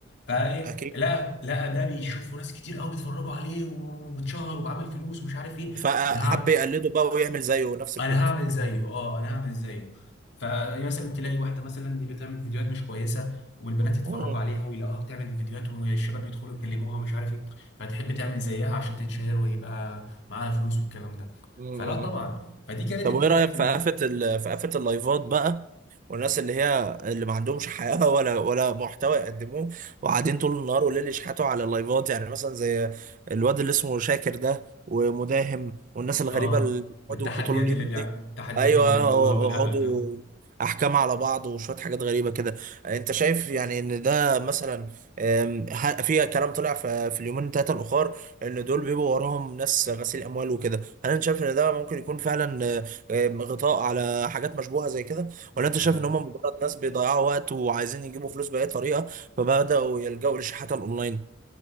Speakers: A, on the left; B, on the right.
A: فايه
B: اكيد
A: لقى لقى ده بيشوفه ناس كتير قوي بيتفرجوا عليه واتشهر وعمل فلوس ومش عارف ايه
B: فحب
A: انا هعمل
B: يقلده بقى ويعمل زيه نفس الكونت
A: انا هعمل زيه اه انا هعمل زيه فمثلا تلاقي واحده مثلا بتعمل فيديوهات مش كويسه والبنات يتفرجوا
B: مم.
A: عليها ويلاقوها بتعمل فيديوهات والشباب يدخلوا يكلموها ومش عارف ايه فتحب تعمل زيها عشان تتشهر ويبقى معاها فلوس والكلام ده
B: مم.
A: فلا طبعا فدي كانت
B: طب
A: البدايه
B: وايه رايك
A: في
B: في
A: ال-
B: قفه ال... في قفه اللايفات بقى والناس اللي هي اللي ما عندهمش حياه <laughs> ولا ولا محتوى يقدموه وقاعدين طول النهار والليل يشحتوا على اللايفات يعني مثلا زي الواد اللي اسمه شاكر ده ومداهم والناس الغريبه
A: اه
B: اللي
A: والتحديات
B: بيقعدوا طول اليوم
A: اللي بيع...
B: دي
A: التحديات
B: ايوه
A: اللي بيعملوها
B: يقعدوا
A: والهبل ده
B: احكام على بعض وشويه حاجات غريبه كده انت شايف يعني ان ده مثلا أم، ه- في كلام طلع في في اليومين ثلاثه الاخر ان دول بيبقوا وراهم ناس غسيل اموال وكده هل انت شايف ان ده ممكن يكون فعلا آم، غطاء على حاجات مشبوهة زي كده ولا انت
A: آه،
B: شايف ان هم مجرد ناس بيضيعوا وقت وعايزين يجيبوا فلوس بأي طريقة فبدأوا يلجأوا للشحات الأونلاين